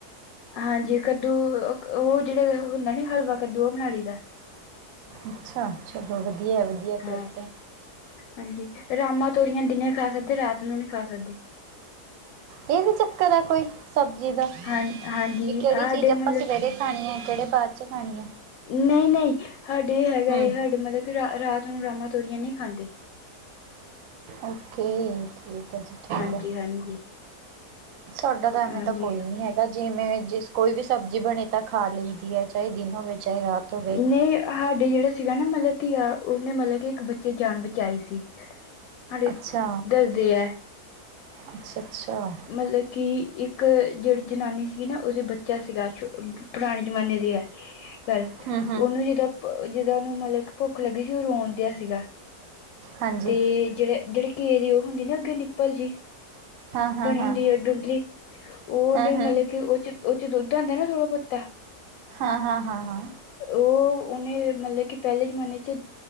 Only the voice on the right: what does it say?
ਅੱਛਾ ਚਲੋ ਵਧੀਆ -ਵਧੀਆ
ਫਿਰ ਤੇ
ਇਹ ਵੀ ਚੱਕਰ ਆ ਕੋਈ ਸਬਜ਼ੀ ਦਾ
ਵੀ ਕਿਹੜੀ
ਚੀਜ਼ ਆਪਾਂ
ਸਵੇਰੇ ਖਾਣੀ ਹੈ ਕਿਹੜੇ ਬਾਅਦ 'ਚ ਖਾਣੀ ਆ।
ਹਮ
ਓਕੇ ਠੀਕ ਹੈ ਜੀ ਠੀਕ
ਹੈ।
ਸਾਡਾ ਤਾਂ
ਐਵੇਂ ਤਾਂ ਕੋਈ ਨੀ ਹੈਗਾ ਜਿਵੇਂ ਜਿਸ ਕੋਈ ਵੀ ਸਬਜ਼ੀ ਬਣੇ ਤਾਂ ਖਾ ਲਈ ਦੀ ਹੈ। ਚਾਹੇ ਦਿਨ ਹੋਵੇ ਚਾਹੇ ਰਾਤ ਹੋਵੇ।
ਅੱਛਾ
-ਅੱਛਾ -ਅੱਛਾ।
<inaudible>
ਹਮ ਹਮ
ਹਾਂਜੀ
ਹਾਂ ਹਾਂ
ਹਾਂ
ਹਮ ਹਮ
ਹਾਂ ਹਾਂ ਹਾਂ ਹਾਂ।